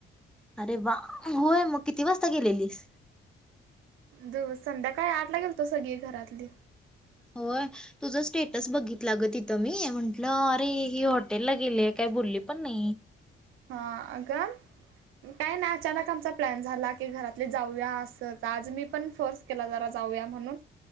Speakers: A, in the centre; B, on the right (about 85°).
A: अरे वा होय मग किती वाजता गेलेलीस
B: ज संध्याकाळी आठ ला गेल तो सगळी घरातली
A: होय तुझं स्टेटस बघ तथं मी म्हंटलं अरे हे हॉटेलला गेले काय बोलली पण म
B: हा अग काय नाही अचानक आमचा प्लॅन झाला की घरातले जाऊया अस आज मी पण फोर्स केला जरा जाऊया म्हणून